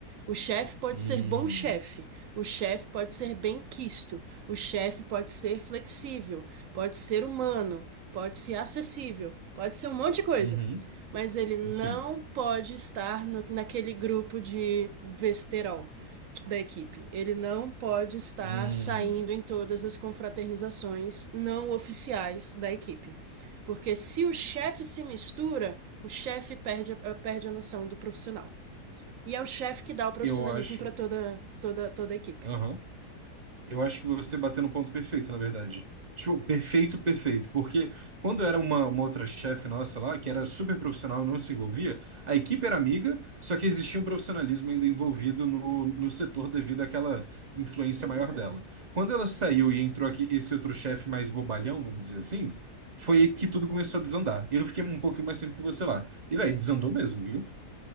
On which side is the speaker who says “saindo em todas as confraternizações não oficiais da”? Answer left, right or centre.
Right